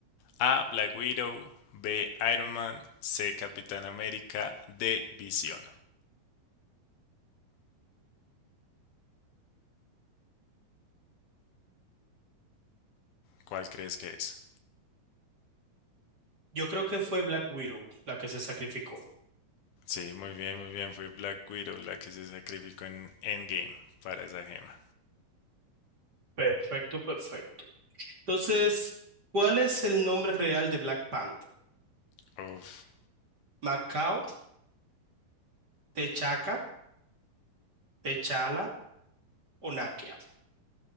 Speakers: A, on the left; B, on the right.
A: A. Black Widow, B. Iron Man, C. Capitán América, D. Visión. ¿Cuál crees que es?
B: Yo creo que fue Black Widow la que se sacrificó.
A: Sí, muy bien, muy bien. Fue Black Widow la que se sacrificó en Endgame para esa gema.
B: Perfecto, perfecto. Entonces, ¿cuál es el nombre real de Black Panther?
A: Uf.
B: ¿Macao, T'Chaka, T'Challa o Nakia?